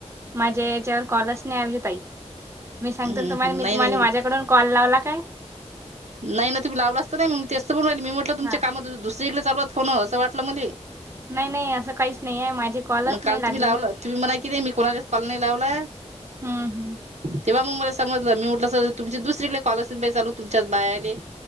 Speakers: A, on the right; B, on the right.
A: माझ्या याच्यावर कॉलस नाही आली ताई. मी सांगतो
B: हम्म
A: तुम्हाला मी
B: नाही
A: तुम्हाला
B: नाही
A: माझ्याकडून कॉल लावला काय.
B: नाही ना तुम्ही लावला असत नाही मग, तेस्त पण राहिल मी म्हटलं तुमच्या
A: हा
B: कामात दुसरीकडे चालू आहेत फोन असं वाटलं मले.
A: नाही नाही असं काहीच नाही आहे माझे कॉलच
B: मग
A: नाही
B: काल
A: लागले
B: तुम्ही लावलं,
A: ना
B: तुम्ही म्हणा क नाही मी कोणाला कॉल नाही लावलाय.
A: हा‌..
B: तेव्हा मग मला समजलं मी म्हटलं सर तुमची दुसरीकडे कॉल असल बाई चालू तुमच बायले.